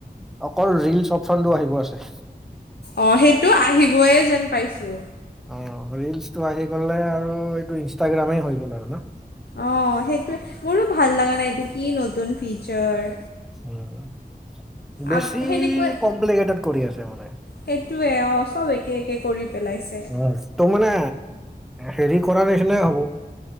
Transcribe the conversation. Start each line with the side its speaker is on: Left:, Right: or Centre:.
Centre: অকল ৰিলচ অপচনটো আহিব আছে।
Left: অ' সেইটো আহিবয়ে যেন পাইছো।
Centre: অ' ৰিলচটো আহি গ'লে আৰু এইটো ইনষ্টাগ্ৰামেই হৈ গ'ল আৰু ন।
Left: অ' সেইটোৱে মোৰো ভাল লগা নাই এইটো কি নতুন ফিচাৰ।
Centre: উম। বেছি
Left: আগ সেনেকুৱাই
Centre: কমপ্লিকেটেট কৰি আছে মানে।
Left: সেইটোৱে অ' চব একে একে কৰি পেলাইছে।
Centre: উম ত' মানে হেৰি কৰা নিচিনাই হ'ব।